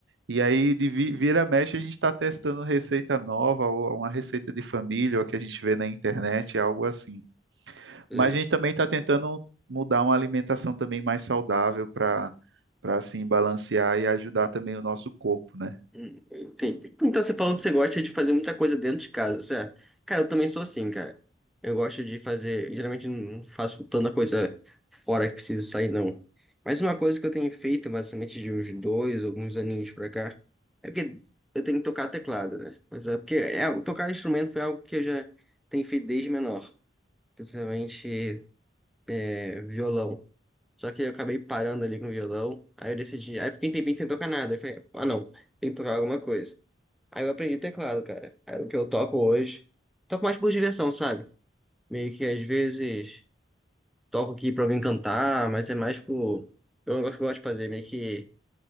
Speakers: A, on the right; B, in the centre.
A: e aí de vi- vira mexe a gente está testando receita nova, ou uma receita de família, ou a que a gente vê na internet, algo assim.
B: É.
A: Mas a gente também está tentando mudar uma alimentação também mais saudável para para assim balancear e ajudar também o nosso corpo, né?
B: Enfim. Então você falou que você gosta de fazer muita coisa dentro de casa, certo? Cara, eu também sou assim, cara. Eu gosto de fazer. Geralmente não faço tanta coisa fora que precisa sair, não. Mas uma coisa que eu tenho feito, basicamente de uns dois, alguns aninhos pra cá, é porque eu tenho que tocar teclado, né? Mas é porque é, tocar instrumento foi algo que eu já tenho feito desde menor. Principalmente é, violão. Só que eu acabei parando ali com o violão. Aí eu decidi. Aí eu fiquei um tempinho sem tocar nada. Eu falei, ah, não, tem que tocar alguma coisa. Aí eu aprendi teclado, cara. Era o que eu toco hoje. Toco mais por diversão, sabe? Meio que às vezes toco aqui pra alguém cantar, mas é mais por. É um negócio que eu gosto de fazer, meio que